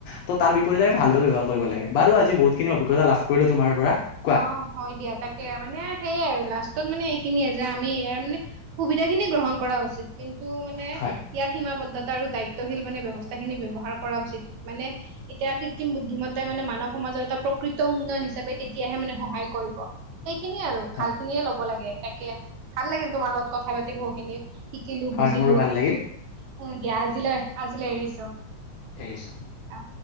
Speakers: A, on the left; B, on the right.
A: ত তাৰ বিপৰতে ভাল ভাল ব্যৱহাৰ কৰিব লাগে বাৰু আজি বহুতখানি অজ্ঞতা লাভ কৰিলোঁ তোমাৰ পৰা। কোৱা
B: অ' হয় দিয়া তাকে মানে সেইয়ে আৰু লাষ্টত মানে এইখিনি যে আমি ইয়াৰ মানে সুবিধাখিনি গ্ৰহণ কৰা উচিত কিন্তু মানে
A: হয়
B: ইয়াৰ সীমাবদ্ধতা আৰু দায়িত্বশীল মানে ব্যৱস্থা খিনি ব্যৱহাৰ কৰা উচিত মানে এতিয়া কৃত্ৰিম বুদ্ধিমতাই মান মানৱ সম জৰিয়তে প্ৰকৃত উন্নয়ন হিচাপে তেতিয়াহে মানে সহায় কৰিব, সেইখিনিয়ে আৰু
A: হয়
B: ভাল খিনিয়ে লব লাগে তাকে ভাল লাগিল তোমাৰ লগত কথা পাতি বহু খিনি শিকিলো
A: হয়
B: বুজিলো
A: মোৰো ভাল
B: উ,
A: লাগিল
B: দিয়া আজিলৈ আজিলৈ এৰিছো।
A: দিছো
B: অ